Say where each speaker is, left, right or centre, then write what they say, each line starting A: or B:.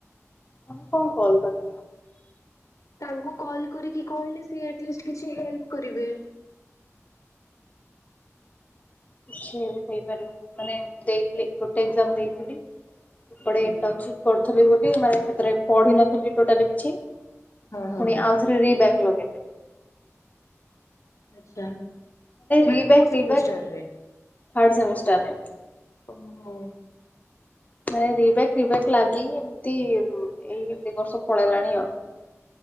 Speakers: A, on the left; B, on the left.
A: ଆଁ କଣ କଲ କରି
B: ତାଙ୍କୁ କଲ କରିକି କହିଲେ ସେ ଅଟଲିଷ୍ଟ କିଛି ହେଲ୍ପ କରିବେ।
A: କିଛି ବି କହିପାରିବନି ମାନେ ଦେଇଥିଲେ ଗୋଟେ <unintelligible> ଦେଇଥିଲି। ଗୋଟେ
B: ହଁ
A: ଇଣ୍ଟନଶିପ କରିଥିଲି ବୋଲି ମାନେ ସେଥିରେ ପଢି ନଥିଲି ଟୋଟାଲ କିଛି।
B: ହଁ
A: ପୁଣି ଆଉଥରେ ରି ବ୍ୟାକ ଲଗେଇଲେ।
B: ଆଛା ମାନେ
A: ରିବ୍ୟାକ୍
B: କୋଉ
A: ରିବ୍ୟାକ୍
B: ସେମିଷ୍ଟାରରେ?
A: ଥାର୍ଡ ସେମିଷ୍ଟାରରେ।
B: ଓହୋ।
A: ମାନେ ରିବ୍ୟାକ୍ ରିବ୍ୟାକ୍ ଲାଗିକି ଏମିତି ଏଇ ଦି ବର୍ଷ ପଳେଇଲାଣି ଆଉ।